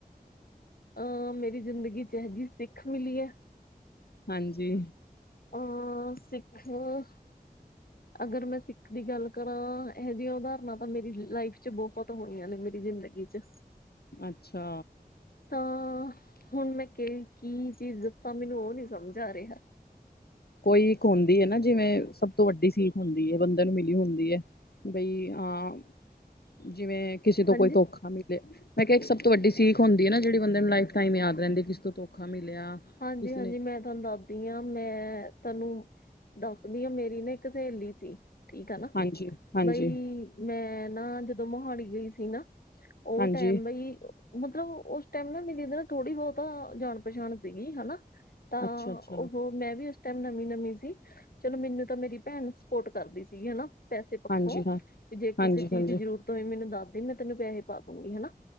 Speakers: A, on the left; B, on the left.
A: ਅ ਮੇਰੀ ਜ਼ਿੰਦਗੀ ਚ, ਇਹੋ ਜਿਹੀ ਸਿੱਖ ਮਿਲੀ ਹੈ
B: ਹਾਂਜੀ
A: ਅਹ ਸਿੱਖੋ ਅਗਰ ਮੈਂ, ਸਿੱਖ ਦੀ ਗੱਲ ਕਰਾਂ ਇਹੋ ਜਿਹੀਆਂ ਉਦਾਹਰਨਾਂ ਤਾਂ ਮੇਰੀ ਲਾਈਫ ਚ, ਬਹੁਤ ਹੋਣੀਆਂ ਨੇ ਮੇਰੀ ਜ਼ਿੰਦਗੀ ਚ
B: ਅੱਛਾ
A: ਤਾਂ ਹੁਣ ਮੈਂ, ਕਿਹੜੀ ਕੀ ਚੀਜ਼ ਦਸਾਂ ਮੈਨੂੰ ਉਹ ਨੀ, ਸਮਝ ਆ ਰਿਹਾ।
B: ਕੋਈ ਇੱਕ ਹੁੰਦੀ ਹੈ ਨਾ। ਜਿਵੇਂ ਸਭ ਤੋਂ, ਵੱਡੀ ਸੀਖ ਹੁੰਦੀ ਹੈ ਬੰਦਿਆਂ ਨੂੰ ਮਿਲੀ ਹੁੰਦੀ ਹੈ। ਬਈ ਹਾਂ ਜਿਵੇਂ ਕਿਸੇ ਤੋਂ,
A: ਹਾਂਜੀ
B: ਕੋਈ ਧੋਖਾ ਮਿਲੇ ਮੈਂ ਕਿਹਾ ਇੱਕ ਸਭ ਤੋਂ ਵੱਡੀ ਸੀਖ ਹੁੰਦੀ। ਆ ਨਾ ਜਿਹੜੀ ਬੰਦੇ ਨੂੰ ਲਾਈਫ ਟਾਈਮ ਯਾਦ ਰਹਿੰਦੀ ਕਿਸ ਤੋਂ, ਧੋਖਾ ਮਿਲਿਆ!
A: ਹਾਂਜੀ-ਹਾਂਜੀ
B: ਕਿਸੇ ਨੇ
A: ਮੈਂ ਤੁਹਾਨੂੰ ਦੱਸਦੀ ਹ ਮੈਂ, ਤੁਹਾਨੂੰ ਦੱਸਦੀ ਹ ਮੇਰੀ ਨਾ, ਇੱਕ ਸਹੇਲੀ ਸੀ! ਠੀਕ ਆ ਨਾ
B: ਹਾਂਜੀ ਹਾਂਜੀ
A: ਬਈ ਮੈਂ, ਨਾ ਜਦੋਂ ਮੋਹਾਲੀ ਗਈ ਸੀ। ਨਾ ਉਹ
B: ਹਾਂਜੀ
A: ਟਾਈਮ ਬਈ ਮਤਲਬ ਉਸ ਟਾਈਮ ਨਾ, ਮੇਰੀ ਇਹਦੇ ਨਾਲ ਥੋੜੀ ਬਹੁਤੀ ਜਾਣ ਪਛਾਣ ਸੀਗੀ ਹਨਾ! ਤਾਂ
B: ਅੱਛਾ ਅੱਛਾ
A: ਉਹ ਮੈਂ, ਵੀ ਉਸ ਟਾਈਮ ਨਵੀਂ-ਨਵੀਂ ਸੀ! ਚਲੋ ਮੈਨੂੰ ਤਾਂ ਮੇਰੀ ਭੈਣ ਸਪੋਰਟ ਕਰਦੀ ਸੀ ਹਨਾ। ਪੈਸੇ ਪੱਖੋਂ
B: ਹਾਂਜੀ ਹਾਂ
A: ਜੇ, ਕਿਸੇ
B: ਹਾਂਜੀ
A: ਚੀਜ਼
B: ਹਾਂਜੀ
A: ਦੀ ਜ਼ਰੂਰਤ ਹੋਏ। ਮੈਨੂੰ ਦੱਸ ਦੇ ਮੈਂ, ਤੈਨੂੰ ਪੈਸੇ ਪਾ ਦੂਗੀ ਹਨਾ!